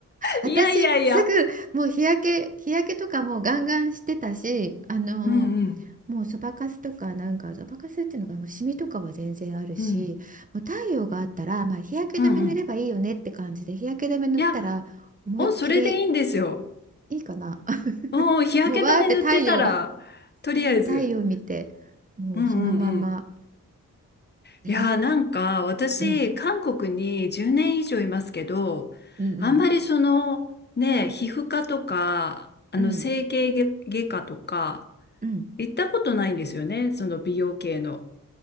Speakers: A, on the right (about 25°); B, on the left (about 30°).
A: 私、
B: いやいやいやいやいや。
A: すぐ、もう日焼け、日焼けとかもうガンガンしてたし、あの、
B: うんうん
A: もうそばかすとか、なんか、そばかすっていうのかな、もうシミとかは全然あるし、
B: うん
A: もう太陽があったら、まあ、日焼け止め塗ればいいよねって感じで、
B: うんうん
A: 日焼け止め塗ったら、
B: いや、
A: 思いっきり
B: お、それでいいんですよ。
A: いいかな。<laughs>
B: うん、日焼け止め塗ってたらとりあえず。
A: もうわーって太陽、太陽見て、もうそのまま。
B: うんうんうん。
A: ええ
B: いやーなんか私韓国に10年以上いますけどあんまりそのね皮膚科とかあの整形外科とか
A: うん、うん、うん、うん、うん。
B: 行ったことないんですよねその美容系の。